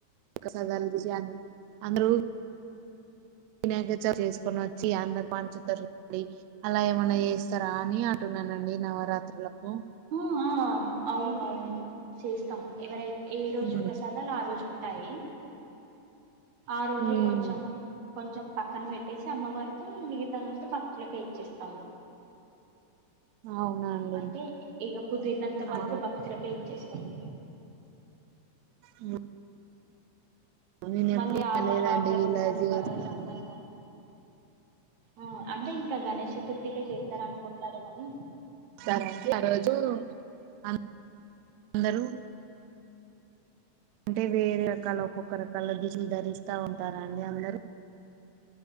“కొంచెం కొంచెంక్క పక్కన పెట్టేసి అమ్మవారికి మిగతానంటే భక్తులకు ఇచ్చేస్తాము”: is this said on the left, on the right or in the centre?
Right